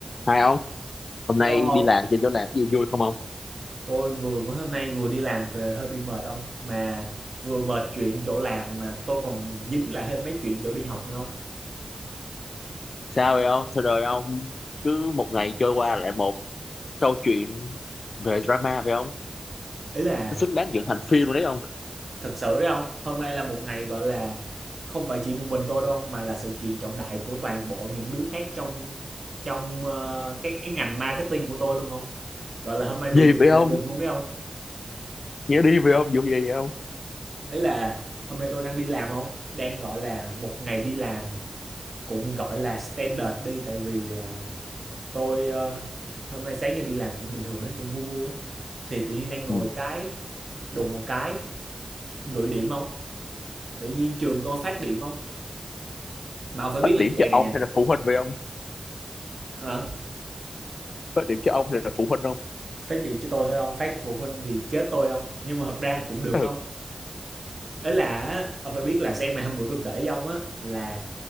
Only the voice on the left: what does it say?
Hai ông, hôm
nay
đi làm trên chỗ làm cái gì vui không ông?
Sao vậy ông? Sao rồi ông? Cứ một ngày trôi qua lại một câu chuyện về drama vậy ông?
Nó xứng đáng dựng thành phim rồi đấy ông.
Gì
vậy
ông?
Nghĩa đi vậy ông? Vụ gì vậy ông?
Ừ.
Phát
điểm
cho
ông hay là phụ huynh vậy ông?
Phát điểm cho ông hay là phụ huynh không?
Ừ.